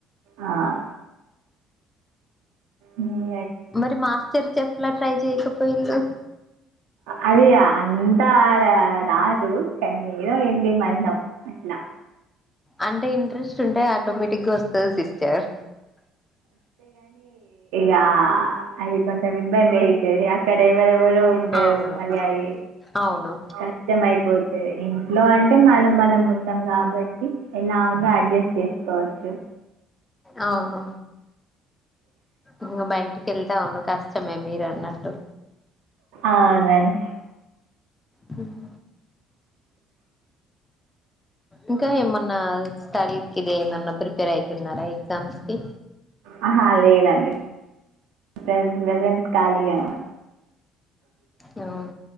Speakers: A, on the right (about 65°); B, on the left (about 15°).
A: ఆ! మ్మ్
B: మరి మాస్టర్ చెఫ్ లా ట్రై చేయకపోయా పొయిల్లు
A: అది అంతా రాదు కానీ ఏదో ఇంటిమందం అట్లా
B: అంటే ఇంట్రెస్ట్ ఉంటాయి ఆటోమేటిక్గా వస్తది సిస్టర్
A: యా అది కొంత ఇబ్బంది అయితది ఆక్కడ ఎవర ఎవరూ ఉండరు
B: అవునవును
A: మళ్ళి అది
B: అవును
A: కష్టం అయిపోతది ఇంట్లో అంటే మనం మనం ఉంటాం కాబట్టి ఎలా ఉన్నాో అడ్జస్ట్ చేసుకోవచ్చు
B: అవును ఇంగ బయటికి వెళ్తా అవును కష్టమే మీరు అన్నట్టు
A: అవునండి
B: మ్మ్ ఇంకా ఏమన్నా స్టడీ కిది ఏమన్నా ప్రిపేర్ అయితున్నారా ఎగ్జామ్స్ కి
A: ఆహా లేదండి టెన్త్ లోన్ కాలీగానే ఉన్
B: మ్మ్